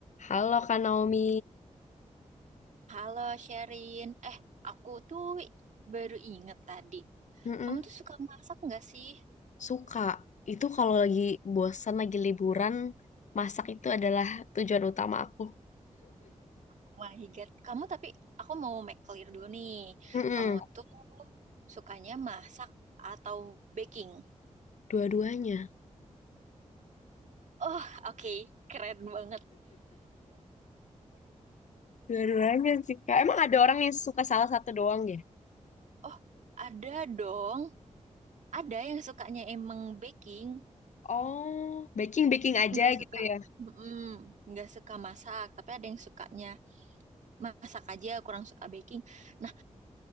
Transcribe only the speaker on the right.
Halo Sherin, eh aku tuh baru inget tadi.
Kamu tuh suka masak nggak sih?
Oh My God, kamu tapi aku mau make clear dulu nih.
Kamu tuh sukanya masak atau baking?
Oh, oke, Keren banget.
Oh, ada dong. Ada yang sukanya emang baking,
nggak suka,
Mm-mm, nggak suka masak. Tapi ada yang sukanya masak aja, kurang suka baking. Nah,